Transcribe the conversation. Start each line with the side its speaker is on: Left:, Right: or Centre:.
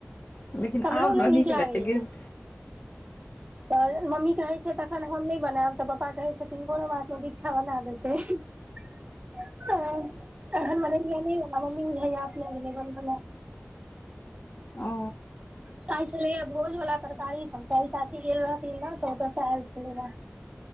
Left: लेकिन
Right: हमरो
Left: आब हमरा
Right: नहि
Left: नीक
Right: लागैया
Left: लैग गेल।
Right: तऽ मम्मी कहै छै तखन हम नै बनेब तऽ पप्पा कहै छथिन, कोनो बात नै दिक्षा बना देतै। <unintelligible> हँ अहन बनेलियै नै हमरा मम्मी बुझाइया अपने गेलै बनबै लै।
Left: ओ।
Right: त आय छेलैइये भोज वला तरकारी सब, कैल चाची गेल रहथिन नऽ तऽ ओतऽ सऽ एल छै। सिन्दुरहार।